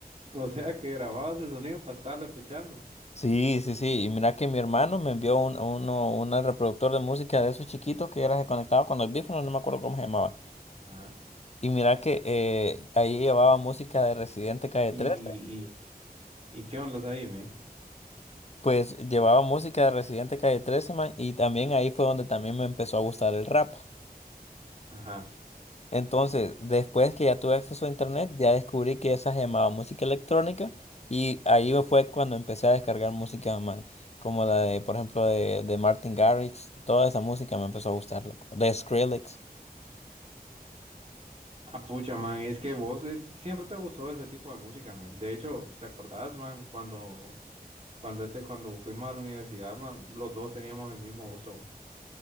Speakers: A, on the right; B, on the left.
A: O sea que grababas el sonido para estarlo escuchando.
B: Sí, sí, sí. Y mira que mi hermano me envió un, uno, una reproductor de música de esos chiquitos que era conectado con los audífonos, no me acuerdo cómo se llamaba.
A: Ajá.
B: Y mira que eh, ahí llevaba música de Residente Calle
A: ¿Y,
B: 13.
A: y, y qué ondas ahí, men?
B: Pues llevaba música de Residente Calle 13, man. Y también ahí fue donde también me empezó a gustar el rap.
A: Ajá.
B: Entonces, después que ya tuve acceso a internet, ya descubrí que esa se llamaba música electrónica y ahí fue cuando empecé a descargar música, man, como la de, por ejemplo, de, de Martin Garrix, toda esa música me empezó a gustar, loco, de Skrillex.
A: Ah, pucha, man, es que vos eh, siempre te gustó ese tipo de música, man. De hecho, ¿te acordás, man, cuando, cuando, ese, cuando fuimos a la universidad, man, los dos teníamos el mismo gusto?